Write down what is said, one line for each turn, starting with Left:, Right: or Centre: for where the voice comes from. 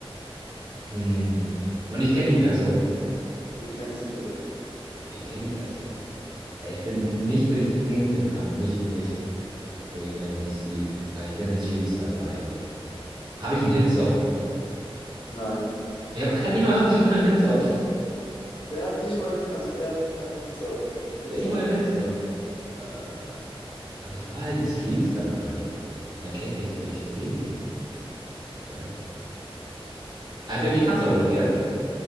Right: Hm. Und ich kenne die Person.
Left: du kennst die Person.
Right: Okay, ich kenne die Person. Ja, ich bin nicht durch Ding bekannt, nicht durch, durch meine Musik. Aber ich bin in Streams dabei. Habe ich einen Hitsong?
Left: Nein,
Right: Ich habe keinen, nicht mal, nicht <laughs> mal einen Hitsong.
Left: der hat nicht mein, also der hat nicht mein Hitsong. Hitsong.
Right: Nicht mal einen Hitsong. Äh, und ich war in Streams dabei. Man kennt mich durch Ding. Was? Ah, ich bin nicht Tanzverbot, gell?